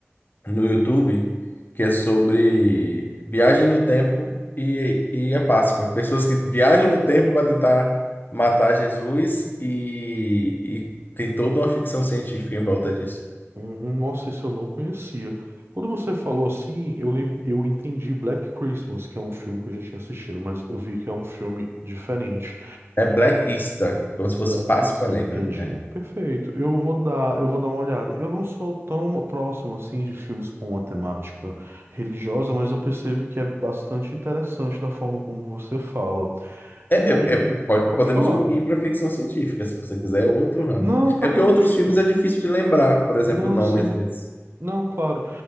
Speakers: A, on the left; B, on the right.
A: no YouTube que é sobre viagem no tempo e, e a Páscoa. Pessoas que viajam no tempo para tentar matar Jesus e, e tem toda uma ficção científica em volta disso.
B: uhum. Nossa, isso eu não conhecia. Quando você falou assim, eu, lem- eu entendi Black Christmas, que é um filme que eu já tinha assistido, mas eu vi que é um filme diferente.
A: É Black Easter, como
B: Black
A: se fosse Páscoa
B: Easter,
A: Negra.
B: entendi.
A: É.
B: Perfeito. Eu vou dar, eu vou dar uma olhada. Eu não sou tão próximo assim de filmes com uma temática religiosa, mas eu percebo que é bastante interessante da forma como você fala.
A: É,
B: E aí,
A: é- é- pode-
B: pode
A: podemos
B: falar.
A: ir para ficção científica, se você quiser, é outro ramo.
B: Não, tá
A: É
B: tranquilo.
A: porque outros filmes é difícil de lembrar, por exemplo,
B: Não,
A: o nome
B: sim.
A: às vezes.
B: Não, claro.